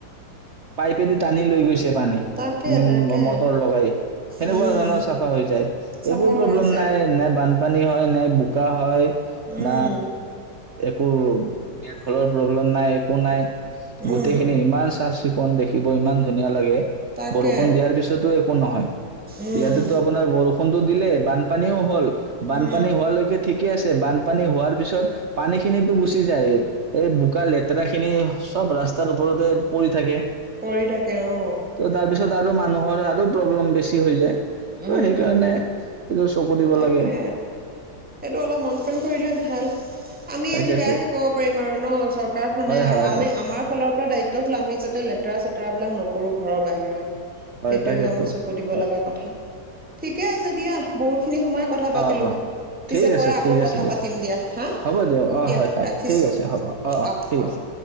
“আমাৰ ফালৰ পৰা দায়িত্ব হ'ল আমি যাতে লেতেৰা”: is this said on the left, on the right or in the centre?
Centre